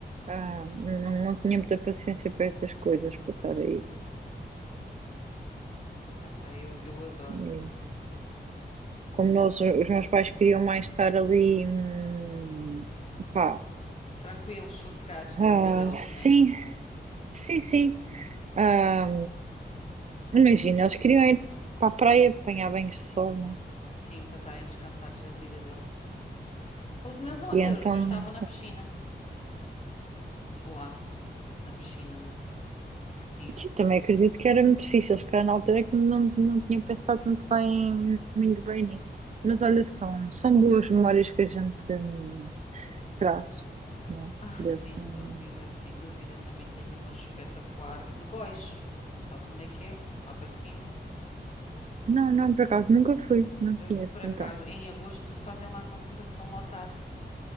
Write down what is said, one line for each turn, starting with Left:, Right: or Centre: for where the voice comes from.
Right: ah, não, não tinha muita paciência para estas coisas, para estar aí.
Left: Opá, eu, eu adoro.
Right: E como nós, os meus pais queriam mais estar ali, hum, pá,
Left: Tranquilos, sossegados da
Right: ah,
Left: vida deles,
Right: sim,
Left: né?
Right: sim, sim. Ah, imagina, eles queriam ir para a praia apanhar banhos de sol, né?
Left: Sim, para estarem descansados da vida deles. Os meus, olha,
Right: E então
Left: os meus estavam na piscina, lá, na piscina, a curtir.
Right: Sim, Também acredito que era muito difícil. Eles calhar na altura é que não, não tinha pensado muito bem, muito bem nisso. Mas olha, são, são boas memórias que a gente hum, traz, né?
Left: Ah,
Right: Desse,
Left: sem
Right: hum,
Left: dúvida, sem dúvida, também tenho uma espetacular de Góis. Sabes onde é que é? Lá para cima.
Right: Não, não, por acaso nunca fui, não
Left: Eh,
Right: conheço
Left: Por acaso,
Right: então.
Left: em agosto fazem lá a concentração motar,